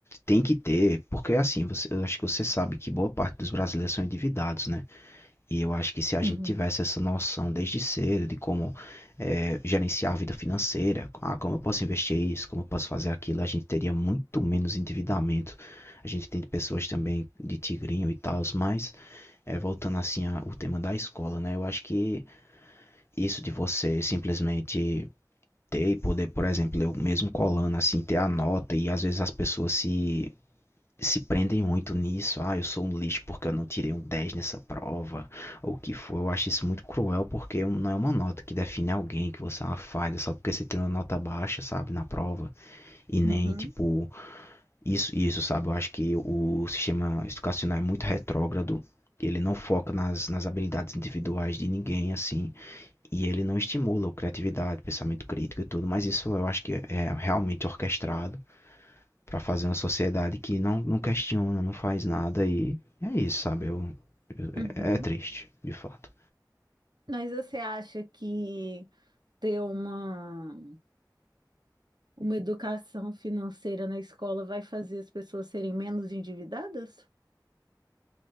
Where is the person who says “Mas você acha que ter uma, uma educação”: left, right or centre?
Right